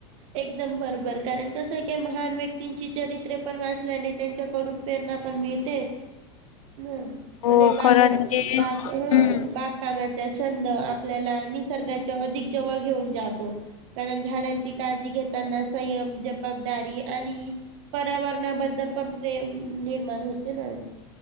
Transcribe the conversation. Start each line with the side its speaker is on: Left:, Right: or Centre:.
Right: एकदम बरोबर कारण कसं काय महान व्यक्तींची चरित्र पण वाचल्याने त्यांच्या कडून प्रेरणा पण मिळते हम्.
Left: हो
Right: आणि बाग
Left: खरंच म्हणजे
Right: -बाग
Left: हम्म
Right: हा बाग कामाचा छंद आपल्याला निसर्गाच्या अधिक जवळ घेऊन जातो. कारण झाडांची काळजी घेताना संयम जबाबदारी आणि पर्यावरणाबद्दल पण प्रेम निर्माण होते ना.